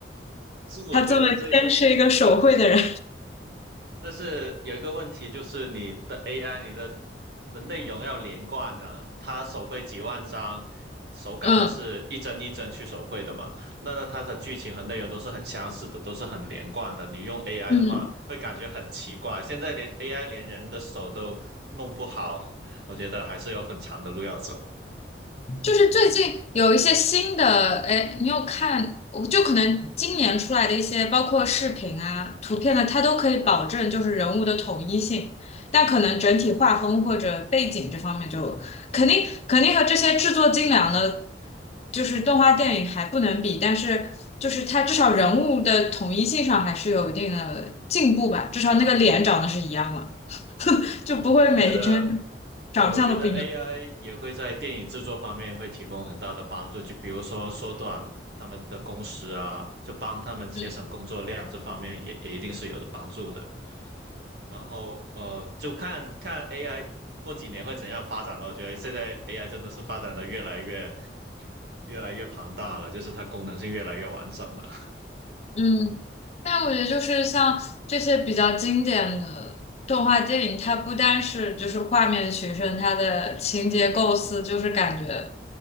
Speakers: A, on the right; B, on the left.
A: 但是我觉得这
B: 他这么坚持一个手绘的人，
A: 但是有一个问题就是你的 AI，你的你的内容要连贯啊，它手绘几万张手稿，
B: <laughs> 嗯。
A: 它是一帧一帧去手绘的嘛，那那它的剧情和内容都是很相似的，都是很连贯的。你用 AI
B: 嗯，
A: 的话，会感觉很奇怪。现在连 AI 连人的手都弄不好，我觉得还是有很长的路要走。
B: 就是最近有一些新的，哎，你有看？我就可能今年出来的一些，包括视频啊、图片呢，它都可以保证就是人物的统一性，但可能整体画风或者背景这方面就肯定肯定和这些制作精良的，就是动画电影还不能比，但是就是它至少人物的统一性上还是有一定的进步吧，至少那个脸长得是一样了，<laughs> 就不会每一帧
A: 对我觉得，
B: 长相都不一样。
A: 对，我觉得 AI 也会在电影制作方面会提供很大的帮助，就比如说缩短他们的工时啊，就帮他们节省工作量，
B: 嗯
A: 这方面也也一定是有的帮助的。然后呃，就看看 AI 过几年会怎样发展吧。我觉得现在 AI 真的是发展的越来越越来越庞大了，就是它功能性越来越完整了。
B: 嗯但我觉得就是像这些比较经典的动画电影，它不单是就是画面取胜，它的情节构思就是感觉，